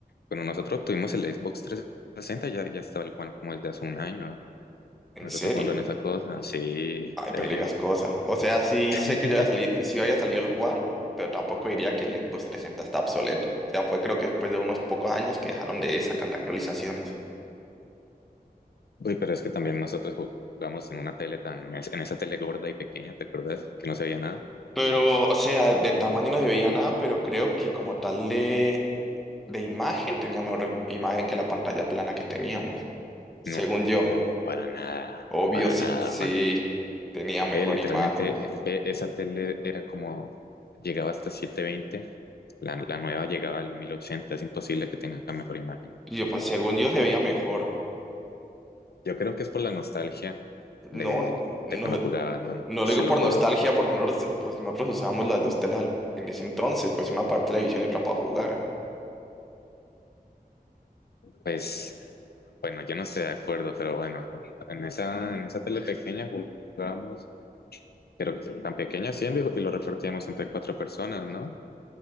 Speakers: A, on the left (about 80°); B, in the centre.
A: bueno, nosotros obtuvimos el Xbox trescientos sesenta ya, ya estaba el One como desde hace un año.
B: En
A: Nosotros
B: serie.
A: jugando en esa cosa, sí,
B: Ay,
A: serio.
B: pero no digas cosas. O sea, sí
A: <laughs>
B: sé que ya había salido, sí había salido el One, pero tampoco diría que el Xbox 360 está obsoleto. Ya fue creo que después de unos pocos años que dejaron de sacar las actualizaciones.
A: Uy, pero es que también nosotros jugamos en una tele tan, en esa tele gorda y pequeña, ¿te acuerdas? Que no se veía nada.
B: Pero, o sea, de tamaño no se veía nada, pero creo que como tal de, de imagen tenía mejor imagen que la pantalla plana que teníamos. Según
A: No,
B: yo,
A: no, para nada,
B: obvio,
A: para
B: sí,
A: nada,
B: sí
A: Juan Dani.
B: tenía mejor
A: Ve, literalmente,
B: imagen.
A: ve, esa tele era como, llegaba hasta setecientos veinte la, la nueva llegaba al mil ochenta es imposible que tenga mejor imagen.
B: Y Yo, pues según yo se veía mejor.
A: Yo creo que es por la nostalgia
B: No,
A: de,
B: no,
A: de cuando jugaba, ¿no?
B: no lo
A: se
B: digo
A: lo
B: por
A: juro.
B: nostalgia, porque nosotros, pues nosotros usábamos las dos telas al- en ese entonces, pues una para televisión y otra para jugar.
A: Pues, bueno, yo no estoy de acuerdo, pero bueno, en esa, en esa tele pequeña jugábamos, pero tan pequeña siendo y, y lo repartíamos entre cuatro personas, ¿no?